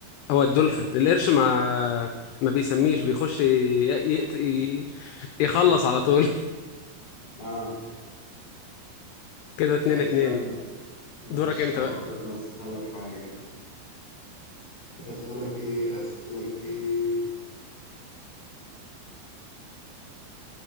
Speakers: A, on the left (about 85°); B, on the left (about 35°).
A: هو الدولفين القرش ما ما بيسميش بيخش ي... ي... ي... يخلص على طول <laughs>
B: اه
A: كده اتنين
B: طب
A: اتنين
B: استنى ماشي
A: دورك انت
B: هفكر
A: بقى
B: إني اسالك حاجه اسالك ايه اسالك ايه